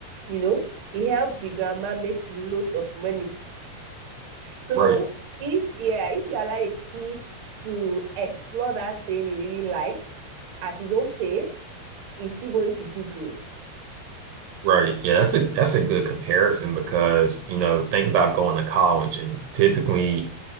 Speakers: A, on the right; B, on the right.
A: you know. He helped the grandma make loads of money so
B: Right,
A: if yeah, if you allow a kid to explore that thing he really likes at his own pace, he's still going to do good.
B: right. Yeah, that's a that's a good comparison because, you know, think about going to college and typically